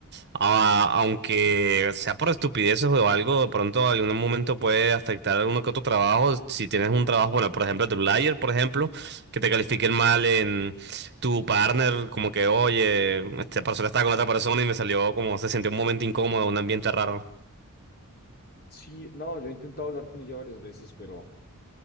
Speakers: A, on the right (about 50°); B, on the left (about 45°).
A: a- aunque sea por estupideces o algo, de pronto en algún momento puede afectar a alguno que otro trabajo. Si tienes un trabajo, bueno, por ejemplo, de un por ejemplo, que te califiquen mal en tu partner, como que, oye, esta persona estaba con otra persona y me salió como se sintió un momento incómodo, un ambiente raro.
B: Sí, no, yo he intentado hablar con ella varias veces, pero